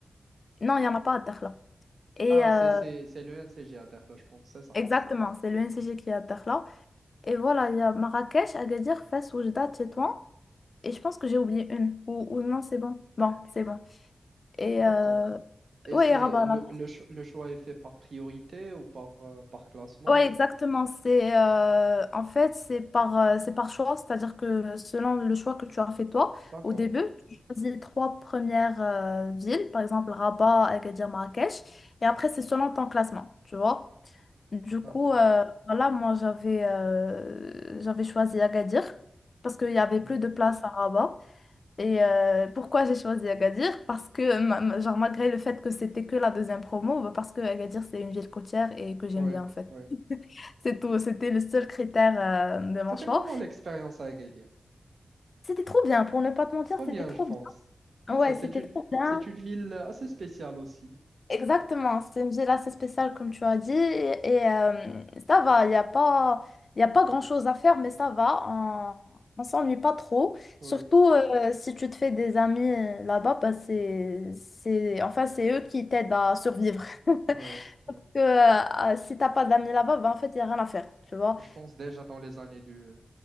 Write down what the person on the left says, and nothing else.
Non, il n'y en a pas à Dakhla. Et
euh,
exactement, c'est l'UNCG qui est à Dakhla. Et voilà, il y a Marrakech, Agadir, Fès, Oujda, Tétouan. Et je pense que j'ai oublié une. Ou, ou non, c'est bon. Bon, c'est bon. Et
euh...
ouais,
et Rabat.
là.
Ouais, exactement.
C'est euh, en fait c'est par euh, c'est par choix, c'est-à-dire que selon le choix que tu as fait toi
au début, tu choisis les trois premières euh, villes, par exemple Rabat, Agadir, Marrakech, et après c'est selon ton classement, tu vois. Du coup,
euh, voilà, moi j'avais euh, j'avais choisi Agadir parce qu'il y avait
plus de place à Rabat. Et euh, pourquoi j'ai choisi Agadir? Parce que, euh, ma- ma- genre, malgré le fait que c'était que la deuxième promo, bah, parce que Agadir, c'est une ville côtière et que j'aime
bien, en fait.
C'est tout, c'était le seul critère euh, de mon
choix.
C'était trop bien, pour ne pas te mentir,
c'était
trop
bien.
Ouais,
c'était
trop bien.
Exactement, c'est une ville assez spéciale comme tu as dit et, et, euh, ça va, il n'y a pas, il y a pas grand-chose à faire mais ça va, on on s'ennuie pas trop.
Surtout euh, si tu te fais des amis euh, là-bas, bah, c'est, c'est, enfin, c'est eux qui t'aident à survivre. <laughs>
Que, euh, si t'as pas d'amis là-bas, bah, en fait, il n'y a rien à faire, tu vois.